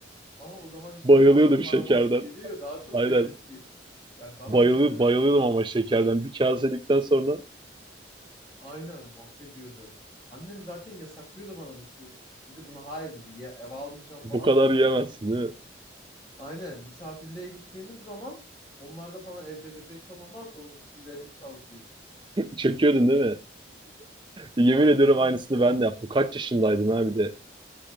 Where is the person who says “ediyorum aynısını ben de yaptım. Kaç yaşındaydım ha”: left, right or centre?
Right